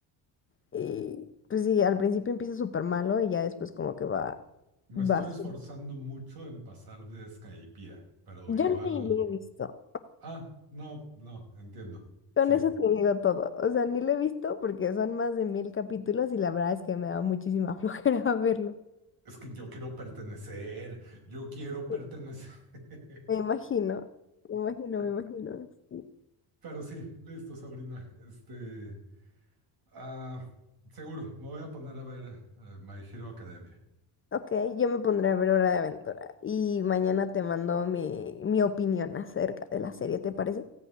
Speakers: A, on the left; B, on the right.
A: Y pues sí, al principio empieza súper malo y ya después como que va,
B: Me
A: va.
B: estoy
A: sub-
B: esforzando mucho en pasar de Skypiea, pero
A: Yo
B: igual.
A: no ni lo he visto.
B: Ah, no, no, entiendo.
A: Con
B: Sí,
A: eso te digo todo. O sea, ni lo he visto porque son más de mil capítulos y la verdad es que me da muchísima <laughs> flojera verlo.
B: es que yo quiero pertenecer, yo quiero
A: Sí,
B: pertenecer. <laughs>
A: Me imagino, me imagino, me imagino. sí.
B: Pero sí, listo, Sabrina. Este, ah, seguro, me voy a poner a ver eh, My Hero Academia.
A: Ok, yo me pondré a ver Hora de Aventura y mañana te mando mi, mi opinión acerca de la serie, ¿te parece?